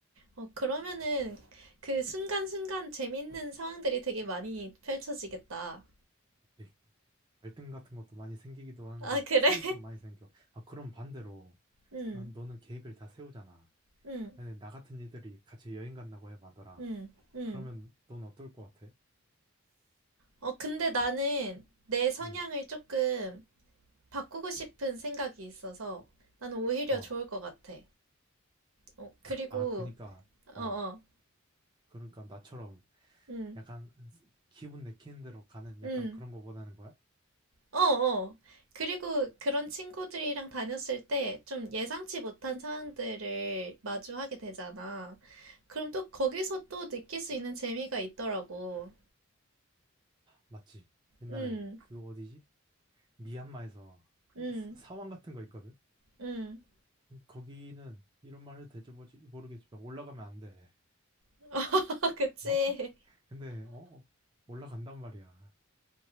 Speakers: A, on the right; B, on the right.
A: 어, 그러면은 그 순간순간 재밌는 상황들이 되게 많이 펼쳐지겠다.
B: 이제 갈등 같은 것도 많이 생기기도 하는데
A: 아, 그래?
B: 추억이
A: <laughs>
B: 좀 많이 생겨. 아, 그럼 반대로,
A: 응,
B: 아, 너는 계획을 다 세우잖아.
A: 응,
B: 아니, 나 같은 애들이 같이 여행 간다고 해봐더라.
A: 응, 응.
B: 그러면 넌 어떨 것 같아?
A: 어, 근데 나는 내 성향을
B: 응.
A: 조금 바꾸고 싶은 생각이 있어서 나는 오히려
B: 어.
A: 좋을 것 같아. 어, 그리고,
B: 아, 그니까,
A: 어,
B: 어.
A: 어,
B: 그러니까 나처럼
A: 응,
B: 약간 기분 내키는 대로 가는
A: 응,
B: 약간 그런 거 원하는 거야?
A: 어, 어. 그리고 그런 친구들이랑 다녔을 때 좀 예상치 못한 상황들을 마주하게 되잖아. 그럼 또 거기서 또 느낄 수 있는 재미가 있더라고.
B: 맞지? 옛날에
A: 응,
B: 그 어디지? 미얀마에서
A: 응,
B: 사- 사원 같은 거 있거든?
A: 응.
B: 거기는 이런 말 해도 될지 모르지- 모르겠지만 올라가면 안 돼.
A: <laughs> 그치?
B: 어? <laughs> 근데, 어? 어, 올라간단 말이야.